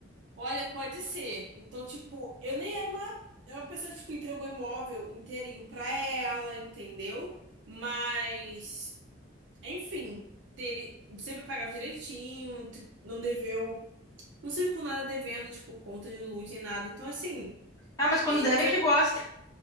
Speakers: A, on the right (about 70°); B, on the left (about 20°).
A: Olha, pode ser. Então, tipo, eu nem era uma, era uma pessoa que tipo, entregou imóvel inteirinho pra ela, entendeu? Mas, enfim, ter, sempre pagava direitinho, t- não deveu. Não saiu com nada devendo, tipo, conta de luz nem nada. Então, assim,
B: Ah, mas quando
A: e
B: deve
A: foi.
B: é que gosta.
A: <laughs>